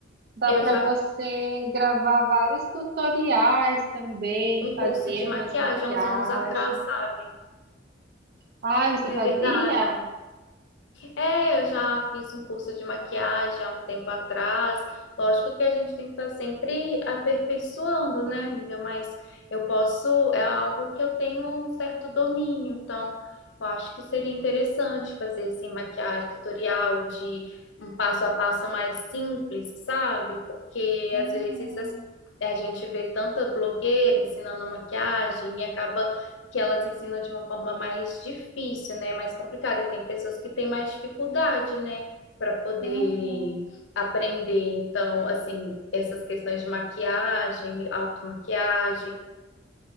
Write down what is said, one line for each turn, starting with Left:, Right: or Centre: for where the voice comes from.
Right: Dá
Left: Eu
Right: para
Left: já
Right: você
Left: fiz
Right: gravar vários tutoriais também,
Left: um curso
Right: fazendo
Left: de maquiagem
Right: as maquiagens.
Left: há uns anos atrás, sabe?
Right: Ah, você
Left: É
Right: fazia?
Left: verdade. É, eu já fiz um curso de maquiagem há um tempo atrás. Lógico que a gente tem que estar sempre aperfeiçoando, né, amiga? Mas eu posso, é algo que eu tenho um certo domínio, então eu acho que seria interessante fazer assim maquiagem, tutorial de um passo a passo mais simples, sabe? Porque
Right: Uhum,
Left: às vezes as- a gente vê tanta blogueira ensinando maquiagem e acaba que elas ensinam de uma forma mais difícil, né? Mais complicada. E tem pessoas que têm mais dificuldade, né? Para poder
Right: uhum.
Left: aprender. Então, assim, essas questões de maquiagem, automaquiagem.